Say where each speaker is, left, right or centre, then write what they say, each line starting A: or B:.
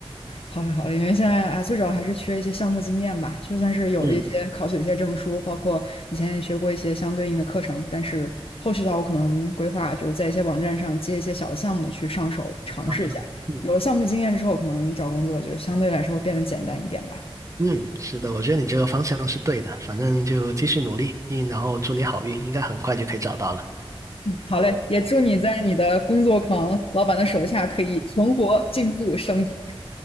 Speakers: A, on the left; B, on the right.
A: 好嘞，好嘞，因为现在啊，最主要还是缺一些项目经验吧。就算是有了一些考取了一些证书，
B: 嗯，
A: 包括以前也学过一些相对应的课程，但是后续的话，我可能规划就是在一些网站上接一些小的项目去上手尝试一下。
B: 好的嗯
A: 有了项目经验之后，可能找工作就相对来说会变得简单一点吧。
B: 嗯，是的，我觉得你这个方向是对的，反正就继续努力，嗯，然后祝你好运，应该很快就可以找到了。
A: 嗯，好嘞，也祝你在你的工作狂老板的手下可以存活、进步、升职。